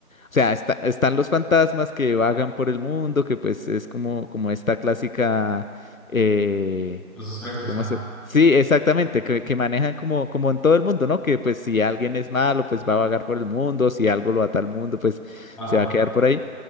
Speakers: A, on the left (about 65°); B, in the centre.
A: o sea, está- están los fantasmas que vagan por el mundo, que pues es como, como esta clásica, eh,
B: Los espectros,
A: ¿cómo
B: ajá.
A: se? Sí, exactamente, que, que manejan como, como en todo el mundo, ¿no? Que pues si alguien es malo, pues va a vagar por el mundo, si algo lo ata al mundo, pues
B: Ajá.
A: se va a quedar por ahí.